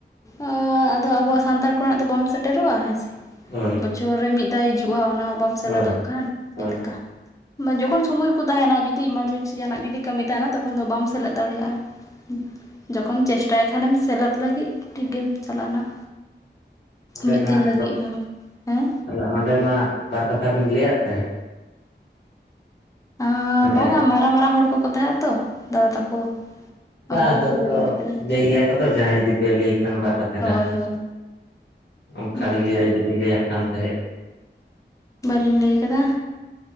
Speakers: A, on the left; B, on the left.
A: ᱚ, ᱟᱫᱚ ᱟᱵᱚᱣᱟᱜ ᱥᱟᱱᱛᱟᱲ ᱠᱚ ᱨᱮᱱᱟᱜ ᱫᱚ ᱵᱟᱢ ᱥᱮᱴᱮᱨᱚᱜᱼᱟ ᱦᱮᱸ ᱥᱮ᱾
B: ᱦᱳᱭ᱾
A: ᱵᱚᱪᱷᱚᱨ ᱨᱮ ᱢᱤᱫ ᱫᱷᱟᱣ ᱦᱤᱡᱩᱜᱼᱟ ᱚᱱᱟ ᱦᱚᱸ ᱵᱟᱢ ᱥᱮᱞᱮᱫᱚᱜ
B: ᱦᱳᱭ
A: ᱠᱷᱟᱱ ᱪᱮᱫ
B: ᱦᱳᱭ
A: ᱞᱮᱠᱟ᱾ ᱵᱟ, ᱡᱚᱠᱷᱚᱱ ᱥᱚᱢᱚᱭ ᱠᱚ ᱛᱟᱦᱮᱱᱟ ᱡᱩᱫᱤ ᱮᱢᱟᱨᱡᱮᱱᱥᱤ ᱡᱟᱦᱟᱱᱟᱜ ᱡᱩᱫᱤ ᱠᱟᱹᱢᱤ ᱛᱟᱦᱮᱱᱟ ᱛᱚᱠᱷᱚᱱ ᱫᱚ ᱵᱟᱢ ᱥᱮᱞᱮᱫ ᱫᱟᱲᱮᱭᱟᱜᱼᱟ᱾ ᱦᱩᱸ, ᱡᱚᱠᱷᱚᱱ ᱪᱮᱥᱴᱟᱭ ᱠᱷᱟᱱᱮᱢ ᱥᱮᱞᱮᱫ ᱞᱟᱹᱜᱤᱫ ᱴᱷᱤᱠ ᱜᱮᱢ ᱪᱟᱞᱟᱜᱼᱟ ᱱᱟᱜ᱾
B: ᱚᱸᱰᱮ
A: ᱢᱤᱫ
B: ᱦᱟᱸᱜ
A: ᱫᱤᱱ ᱞᱟᱹᱜᱤᱫ ᱦᱚᱸ, ᱦᱩᱸ᱾
B: ᱛᱟᱦᱞᱮ ᱚᱸᱰᱮ ᱢᱟ ᱵᱟᱨ ᱠᱟᱛᱷᱟ ᱵᱤᱱ ᱞᱟᱹᱭᱟᱫ ᱛᱟᱦᱮᱸᱫ᱾
A: ᱟᱸᱻ
B: ᱚᱸᱰᱮ
A: ᱵᱟᱝᱟ ᱢᱟᱨᱟᱝ ᱢᱟᱨᱟᱝ ᱦᱚᱲ ᱠᱚᱠᱚ ᱛᱟᱦᱮᱸᱜᱼᱟ ᱛᱚ ᱫᱟᱫᱟ ᱛᱟᱠᱚ᱾
B: ᱵᱟ,
A: ᱩᱱᱠᱩ
B: ᱟᱫᱚ ᱠᱚ
A: ᱞᱟᱹᱭ ᱵᱟᱲᱟ ᱠᱮᱫᱟ
B: ᱞᱟᱹᱭ ᱜᱮᱭᱟ ᱠᱚᱛᱚ ᱡᱟᱦᱟᱸᱭ ᱡᱩᱫᱤ ᱯᱮ ᱞᱟᱹᱭ ᱠᱷᱟᱱ ᱵᱟᱨ ᱠᱟᱛᱷᱟ
A: ᱦᱳᱭ
B: ᱜᱟᱱ᱾
A: ᱦᱳᱭ
B: ᱚ,
A: ᱦᱩᱸ
B: ᱠᱷᱟᱞᱤ ᱞᱟᱹᱭ ᱜᱮᱵᱤᱱ ᱞᱟᱹᱭᱟᱜ ᱠᱟᱱ ᱛᱟᱦᱮᱸᱫ
A: ᱵᱟᱞᱤᱧ ᱞᱟᱹᱭ ᱠᱟᱫᱟ